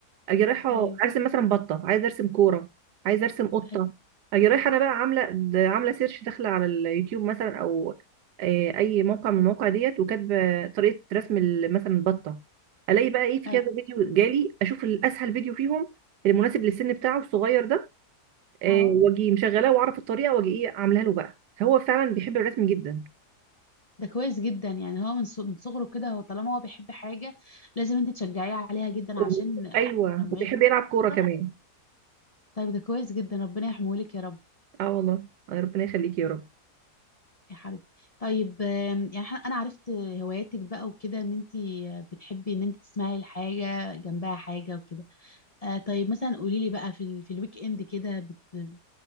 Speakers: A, on the right; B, on the left.
A: اجي رايحه
B: ايوه
A: ارسم مثلا بطه عايز ارسم كوره عايز ارسم قطه
B: ايوه
A: اجي رايحه انا بقى عامله د- عامله سيرش داخله على اليوتيوب مثلا او إيه اي موقع من المواقع ديت وكاتبه طريقه رسم ال- مثلا البطه الاقي بقى ايه في
B: ايوه
A: كذا فيديو جالي اشوف الاسهل فيديو فيهم المناسب للسن بتاعه الصغير ده آه،
B: اهو
A: واجي مشغلاه واعرف الطريقه واجي ايه عاملها له بقى فهو فعلا بيحب الرسم جدا
B: ده كويس جدا يعني هو من ص- من صغره كده هو طالما هو بيحب حاجة لازم انت تشجعيه عليها جدا
A: و...
B: عشان آه،
A: ايوه
B: لما
A: وبيحب
B: يكبر
A: يلعب كوره
B: كده
A: كمان
B: طيب ده كويس جدا ربنا يحميه لك يا رب
A: اه والله آه، ربنا يخليك يا رب
B: يا حبيبتي طيب آم، يعني ح- انا عرفت هواياتك بقى وكده ان انت بتحبي ان انت تسمعي الحاجة جنبها حاجة وكده آه طيب مثلا قولي لي بقى في ال... في الويك اند كده بت...